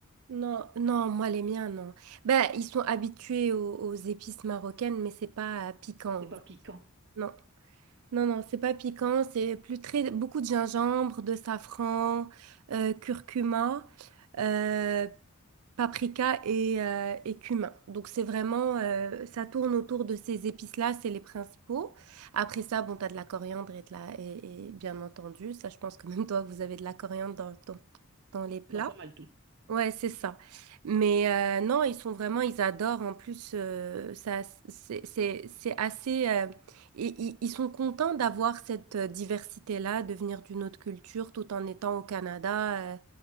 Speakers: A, on the right (about 85°); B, on the right (about 50°).
A: non, non, moi les miens, non. Ben, ils sont habitués aux, aux épices marocaines, mais c'est pas euh, piquant.
B: C'est pas piquant
A: Non, non, non, c'est pas piquant, c'est plus très beaucoup de gingembre, de safran, euh, curcuma, euh, paprika et, euh, et cumin. Donc c'est vraiment, euh, ça tourne autour de ces épices-là, c'est les principaux. Après ça, bon, t'as de la coriandre et, de la, et, et bien entendu, ça je pense que même toi, vous avez de la coriandre dans, dans, dans les plats.
B: dans pas mal tout.
A: Ouais, c'est ça. Mais euh, non, ils sont vraiment, ils adorent. En plus, euh, ça, c'est c'est- c'est assez. euh, et- i- ils sont contents d'avoir cette euh, diversité-là, de venir d'une autre culture tout en étant au Canada. euh,